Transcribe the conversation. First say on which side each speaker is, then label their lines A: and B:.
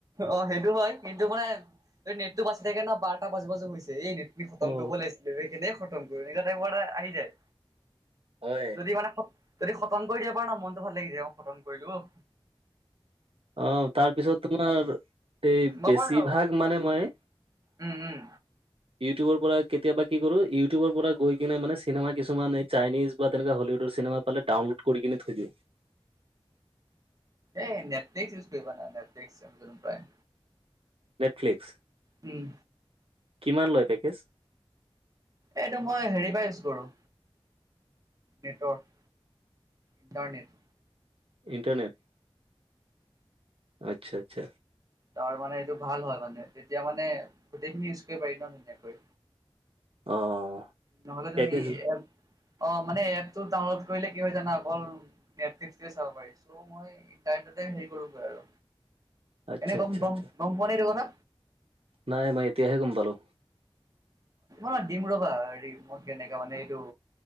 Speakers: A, on the right; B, on the right.
A: অ' সেইটো হয়, কিন্তু মানে, এই নেটটো বাচি থাকে ন বাৰটা বাজো বাজো হৈছে, এই নেট তি খতম
B: অ।
A: কৰিব লাগিছিলে, কেনেকে খতম কৰিব, সেনেকুৱা টাইপৰ এটা আহি যায়।
B: হয়।
A: যদি মানে, যদি খতম কৰি দিয়া পাৰো ন, মনতটো ভাল লাগি যায়, মই খতম কৰিলো অ'।
B: অ' তাৰপিছত তোমাৰ এই,
A: মই
B: বেছিভাগ
A: বাৰু
B: মানে মই
A: উম, উম।
B: ইউটিউবৰ পৰা কেতিয়াবা কি কৰো, ইউটিউবৰ পৰা গৈ কিনে, মানে চিনেমা কিছুমান এই চাইনিজ বা তেনেকে হললউডৰ চিনেমা পালে ডাউনলোড কৰি কিনে থৈ দিওঁ।
A: এ, নেটফ্লিক্স ইউজ না নেটফ্লিক্স আমাজন প্ৰাইম।
B: নেটফ্লিক্স?
A: উম।
B: কিমান লয় পেকেজ?
A: এইটো মই হেৰি বা ইউজ কৰো। Network, internet.
B: ইণ্টাৰনেট? আচ্ছা, আচ্ছা।
A: তাৰমানে এইটো ভাল হয় মানে, তেতিয়া মানে গোটেইখিনি ইউজ কৰিব পাৰিবা, ধুনীয়াকৈ।
B: অ'।
A: নহ'লে তুমি
B: পেকেজ
A: এ অ' মানে এপ টো ডাউনলোড কৰিলে কি হয় জানা, অকল নেটফ্লিক্টটোৱে চাব পাৰি। ত মই ইণ্টাৰনেট হে কৰো আৰু,
B: আচ্ছা
A: এনে গম,
B: আচ্ছা
A: গম,
B: আচ্ছা
A: গম পোৱা নে এইটো কথা।
B: নাই মই এতিয়াহে গম পালো।
A: অ' দিম ৰবা, হেৰি মই কেনেকে মানে এইটো